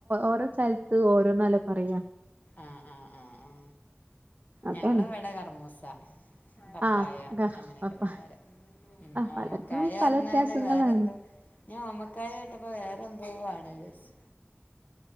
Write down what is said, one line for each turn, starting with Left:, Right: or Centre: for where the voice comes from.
Right: ഓരോ സ്ഥലത്ത് ഓരോന്നാലോ പറയാ
Left: ആ ആ ആ ആ
Right: അതാണ്
Left: ഞങ്ങളവിടെ കർമൂസ പപ്പായ
Right: ആ അതാ
Left: അങ്ങനെക്കെ
Right: അപ്പ
Left: തന്നെ പറയാ ഉം
Right: പലർക്കും
Left: ആമ് കായർഞ്ഞാല്
Right: പല വ്യത്യാസങ്ങളാണ്
Left: വേറെന്ത് ഞാൻ ഓമക്കായകേട്ടപ്പോ വേറെന്തോവാണ് യെസ്